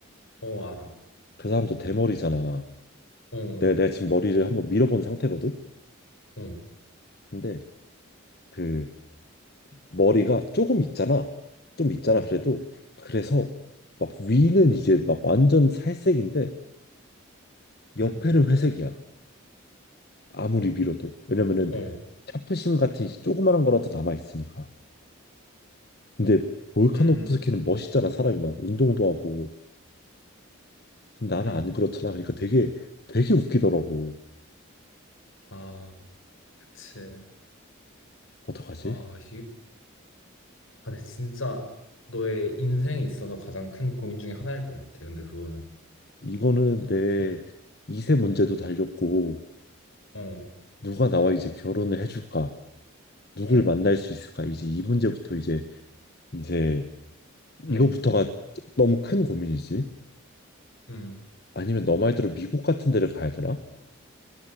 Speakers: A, on the left; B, on the left.
A: 어, 알아.
B: 그 사람도 대머리잖아.
A: 어, 어,
B: 내가 내가 지금 머리를 한번 밀어본 상태거든.
A: 어.
B: 근데 그 머리가
A: 음,
B: 조금 있잖아. 좀 있잖아.
A: 음,
B: 그래도 그래서 막 위는 이제 막 완전 살색인데 옆에는
A: 음,
B: 회색이야. 아무리 밀어도 왜냐면은
A: 어,
B: 차프심 같은 이제 조그마한 거라도 남아 있으니까. 근데 볼카노프스키는
A: 음,
B: 멋있잖아 사람이 막 운동도 하고 근데 나는
A: 음,
B: 안 그렇잖아. 그러니까 되게 되게 웃기더라고.
A: 아, 그치.
B: 어떡하지?
A: 아, 이게, 아, 근데 진짜 너의 인생에 있어서 가장 큰 고민 중에 하나일 것 같아. 근데 그거는
B: 이거는 내
A: 정말,
B: 2세 문제도 달렸고
A: 어,
B: 누가 나와 이제 결혼을 해줄까? 누굴
A: 어,
B: 만날 수 있을까? 이제 이 문제부터 이제 이제
A: 음,
B: 이거부터가 너무 큰 고민이지.
A: 음,
B: 아니면 너 말대로 미국 같은 데를 가야 되나?